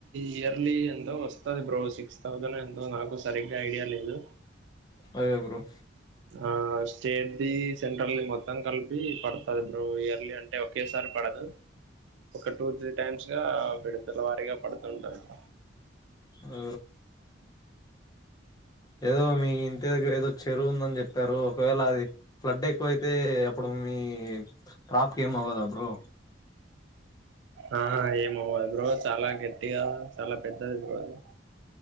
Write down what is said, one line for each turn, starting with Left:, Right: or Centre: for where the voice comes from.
Right: ఇయర్లీ ఎంతో వస్త్ వస్తది బ్రో సిక్స్ థౌసండ్ ఎంతో నాకు సరిగ్గా ఐడియా లేదు.
Left: అదే బ్రో
Right: ఆ స్టేట్దిి సెంట్రల్ది మొత్తం కలిపి పడతది బ్రో ఇయర్లీ అంటే ఒకేసారి పడదు. ఒక టూ త్రీ టైమ్స్ గా విడతల వారీగా పడుతుంటాాది.
Left: ఆ ఏదో మీ ఇంటి దగ్గర ఏదో చెరువు ఉందని చెప్పారు, ఒకవేళ అది ఫ్లడ్ ఎక్కువైతే అప్పుడు మీ మీ క్రాప్ కి ఎమ్ అవ్వదా బ్రో
Right: ఆ ఏమ్ ఆవ్వదు బ్రో చాలా గట్టిగా చాలా పెద్దది బ్రో అది.